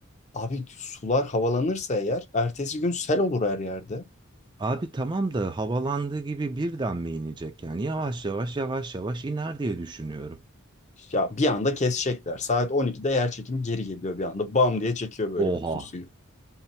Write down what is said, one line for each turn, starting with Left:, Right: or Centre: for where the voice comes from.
Left: Abi sular havalanırsa eğer ertesi gün sel olur her yerde.
Right: Abi tamam da havalandığı gibi birden mi inecek yani? Yavaş yavaş yavaş yavaş iner diye düşünüyorum.
Left: Ya bir anda kesecekler. Saat 12'de yer çekimi geri geliyor bir anda. Bam diye çekiyor böyle
Right: Oha.
Left: bütün suyu.